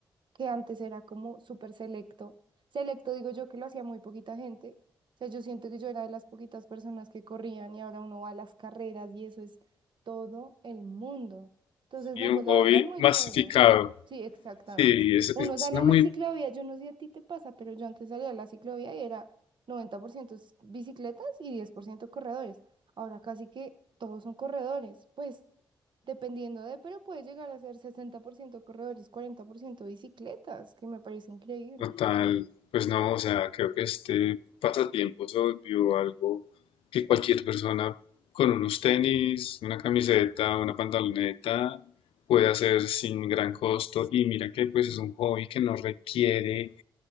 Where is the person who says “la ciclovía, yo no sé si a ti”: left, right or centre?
Right